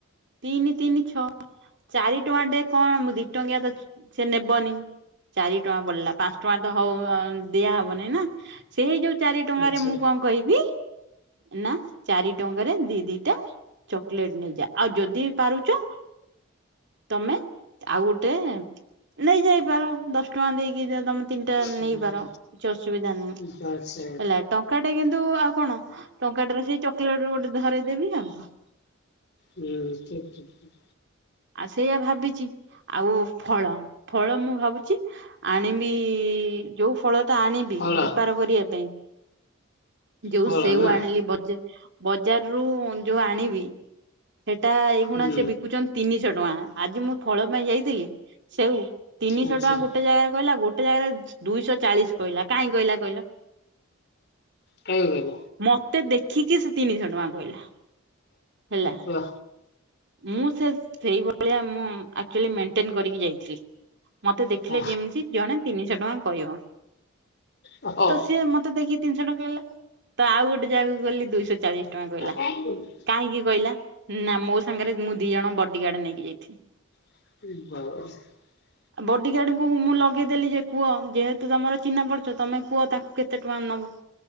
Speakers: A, on the right (about 60°); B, on the left (about 55°).
A: ତିନି ତିନି ଛଅ ଚାରି ଟଙ୍କା ଟେ କଣ ଦି ଟଙ୍କିଆ ତ ସେ ନେବନି। ଚାରି ଟଙ୍କା ପଡିଲା ପାଞ୍ଚ ଟଙ୍କା ତ ହଉ ଦିଆ ହବନାଇ ନା ସେଇ ଯୋଉ। ଚାରି ଟଙ୍କାରେ
B: ଆଚ୍ଛା
A: ମୁଁ କଣ କହିବି ନା ଚାରି ଟଙ୍କାରେ ଦି ଦିଟା। ଚକୋଲେଟ ନେଇଯା ଆଉ ଯଦି ପାରୁଛ। ତମେ ଆଉ ଗୋଟେ ନେଇ ଯାଇପାର ଦଶ ଟଙ୍କା ଦେଇକି ଯ ତମେ। ତିନିଟା
B: ହୁଁ
A: ନେଇପାର କିଛି ଅସୁବିଧା ନାହିଁ
B: ଆଚ୍ଛା ଆଚ୍ଛା
A: ହେଲା ଟଙ୍କା ଟା କିନ୍ତୁ ଆଉ କଣ। ଟଙ୍କାଟରେ ସେଇ ଚକୋଲେଟ ଗୋଟେ ଧରାଇଦେବି ଆଉ।
B: ହୁଁ ଠିକ୍ ଠିକ୍।
A: ଆଉ ସେଇଆ ଭାବିଚି। ଆଉ ଫଳ ଫଳ ମୁଁ ଭାବୁଛି ଆଣିବି। ଯୋଉଁ ଫଳ ଟା ଆଣିବି
B: ହଳ
A: ବେପାର କରିବା ପାଇଁ ଯୋଉଁ
B: ହଳ
A: ସେଉ
B: ନା
A: ଆଣିଲି ବଜ ବଜାରରୁ ଯୋଉ ଆଣିବି ସେଟା ଏଇଖୁଣା
B: ହୁଁ
A: ସେ ବିକୁଚି ତିନିଶହ ଟଙ୍କା ଆଜି ମୁଁ ଫଳ ପାଇଁ ଯାଇଥିଲି ସେଉ ତିନିଶହ
B: ଆଚ୍ଛା
A: ଟଙ୍କା ଗୋଟେ ଜାଗାରେ କହିଲା ଗୋ ଗୋଟେ ଜାଗାରେ ଦୁଇଶହ ଚାଳିଶ କହିଲା କାହିଁକି କହିଲା କହିଲ?
B: କାହିଁ ଗଲ
A: ମତେ ଦେଖିକି ସେ ତିନିଶହ ଟଙ୍କା କହିଲା। ହେଲା।
B: ବା
A: ମୁଁ ସେ ସେଇଭଳିଆ ମୁଁ ଆକ୍ଟୁଲେ ମେଣ୍ଟେନ କରିକି ଯାଇଥିଲି। ମତେ ଦେଖିଲେ
B: ଅ
A: ଯେମିତି ଜଣେ ତିନିଶହ ଟଙ୍କା କହିବ
B: ଆଚ୍ଛା
A: ତ ସିଏ ମତେ ଦେଖି ତିନିଶହ ଟଙ୍କା କହିଲା ତ ଆଉ ଗୋଟେ ଜାଗାକୁ ଗଲି ଦୁଇଶହ ଚାଳିଶି ଟଙ୍କା କହିଲା
B: ହୁଁ
A: କାହିଁକି କହିଲା? ନା ମୋ ସାଙ୍ଗରେ ମୁଁ ଦି ଜଣ ବଡିଗାର୍ଡ ନେଇକି ଯାଇଥିଲି।
B: <unintelligible>
A: ଆଉ ବଡିଗାର୍ଡଙ୍କୁ ମୁଁ ଲଗେଇଦେଲି ଯେ କୁହ ଯେହେତୁ ତମର ଚିହ୍ନା ପରିଚୟ ତମେ କୁହ ତାଙ୍କୁ କେତେ ଟଙ୍କା ନେବ।